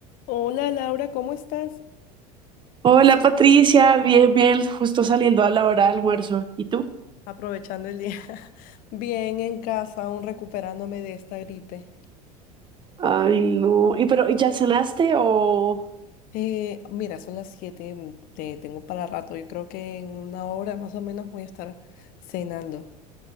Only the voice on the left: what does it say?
Hola Laura, ¿cómo estás?
Aprovechando el día. <laughs> Bien en casa, aún recuperándome de esta gripe.
Eh, mira, son las 7, mm, te tengo para rato. Yo creo que en una hora más o menos voy a estar cenando.